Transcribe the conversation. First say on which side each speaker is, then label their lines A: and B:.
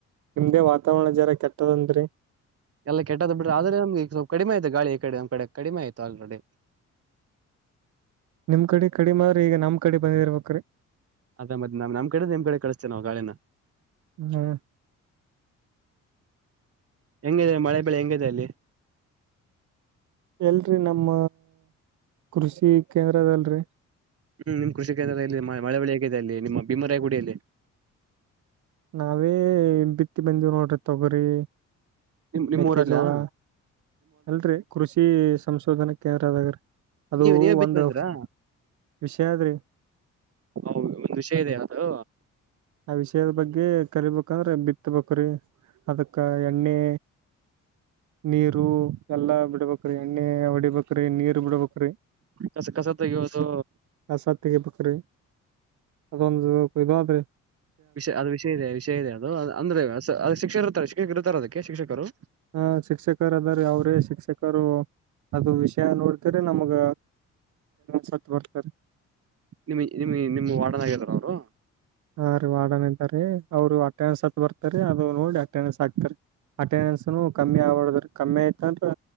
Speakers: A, on the right; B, on the right.
A: ನಿಮ್ದೇ ವಾತಾವರಣ ಜರಾ ಕೆಟ್ಟದಂತರಿ
B: ಎಲ್ಲ ಕೆಟ್ಟದ್ದ್ ಬಿ್ರೆ ಆದ್ರೆಮಗೆ ಸ್ವಲ್ ಕಡಿಮೆ ಆಐತೆ ಗಾಳಿ ಕಡೆ ಕಡೆ ಕಡಿಮೆ ಆಯಿತು ಆಲ್ರೆಡಿ
A: ನಿಮ್ ಕಡೆ ಕಡಿ ಮಾರ್ರಿ ಈಗ ನಮ್ ಕಡೆ ಬಂದಿರ್ಬೇಕ್ರೀ
B: ಅದ್ದ್ ನ್ ನಮ್ ಕಡೆ ನಿಮ್ ಕಡೆ ಕಳಿಸತೇ ನಾವು ಗಾಳನ
A: ಹ್ಮ್
B: ಹೆಂಗಿದೆ ಮಳೆ ಬೆಳೆ ಹೆಂಗಿದೆ ಅಲ್ಲಿ
A: ಎಲ್ರರಿ ನಮ್ಮ ಕೃಷಿ ಕೇಂದ್ರದಲ್ರಿ
B: ಹ್ಮ್ ನಿಮ್ ಕೃಷ ಕೇಂದ್ರ ಇ ಮಳೆಳಿ ಹೇಗಿದೆ ಅಲ್ಲಿ ನಿ ಮಬಿ ಮರಾಯಗಡ ಅಲ್ಲ
A: ನಾವೇ ಬಿತ್ತಿ ಬಂದವು್ ನೋಡ್ರಿ ತೊಗರಿ
B: ನಿಮ್ ನಿಮ್ಮೂಊರಲ್ಲಯ
A: ಮೆಕ್ಕೆಜೋಳ ಅಲ್ರರಿ ಕೃಷಿ ಸಂಶೋಧನಾ ಕೇಂದ್ರ ಅದಾಗ್ರಿ ಅದು
B: ನೀವ್ ನೀವೇ ಬಿತ್
A: ಒಂದು
B: ಬಂದ್ರಾ
A: ವಿಷಯ ಅದ್ರಿ
B: ಒಂದ್ ವಿಷಯ ಇದೆ ಅದು
A: ಆ ವಿಷಯದ ಬಗ್ಗೆ ಗೆ ಕಲಿಬೇಕಂದ್ರೆ ಬಿತ್ತಬೇಕ್ರೀ ಅದಕ್ಕ ಎಣ್ಣೆ ನೀರು ಎಲ್ಲಾ ಬಿಡ್ಬೇಕ್ರಿ ಎಣ್ಣೆ ಹೊಡಿಬೇಕ್ರಿ ನೀರು ಬಿಡ್ಬೇಕ್ರಿ
B: ಕಸ ಕಸ ತೆಗೆಯೋದು
A: ಕಸಾ ತೆಗಿಬೇಕ್ರಿ ಅದೊಂದು ಇದು ಆದ್ರೆ
B: ವಿಷಯ ಅದು ವಿಷಯ ಇದೆ ವಿಷಯ ಇದೆ ಅದು ಅಂದ್ರೆ ಅ ಶಿ ಇರಾತ್ರೆ ಶಿಕ್ಷಕ ಇರುತ ಅದಕ್ಕೆ ಶಿಕ್ಷಕರು
A: ಆ ಶಿಕ್ಷಕರ ಅದಾರಿ ಅವ್ರೇ ಶಿಕ್ಷಕರು ಅದು ವಿಷಯ ನೋಡ್ತ್ರ ನಮ್ಗ ಸತ್ ಬರ್ತಾರೆ
B: ನಿಮ ನಿಮ್ ನಿಮ್ ವಾಡನಾಗದರು ಅವರು
A: ಹಾ ವಾರ್ಡನ್ ಇದಾರೆ ಅವರು ಅಟೆಂಡನ್ಸ್ ಹತ್ ಬರ್ತಾರೆ ಅದು ನೋಡಿ ಅಟೆಂಡನ್ಸ್ ಹಾಕ್ತಾರೆ ಅಟೆಂಡೆನ್ಸ್ ಕಮ್ಮಿ ಆ್ರ ಕಮ್ಮಿ ಆಯ್ತ ಅಂದ್ರ